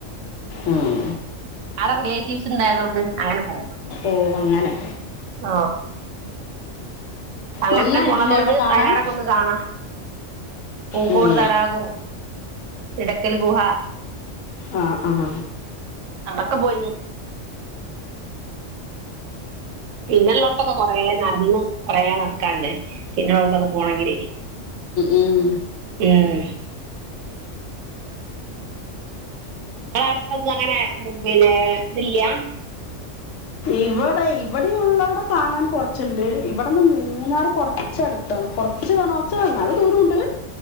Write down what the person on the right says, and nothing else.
ആടെ റിലേറ്റീവ്സ്ണ്ടായതോണ്ട് അങ്ങനെ പോവും
ആ അങ്ങനെ
പോണതോണ്ട്
വയനാടൊക്കെ ഒന്ന് കാണാ പൂക്കോട്
തടാകും ഇടക്കൽ ഗുഹ
അടൊക്കെ പോയീന്ന് പിന്നെള്ളൊക്കെപ്പം കൊറേ നട്ന്ന് കൊറേ നട്ക്കാൻണ്ട് പിന്നള്ളോട്ത്തൊക്കെ പോണെങ്കിലെ
ഉം ങ്ങളെ അട്ത്തൊന്നും അങ്ങനെ പിന്നെ തില്ല്യാ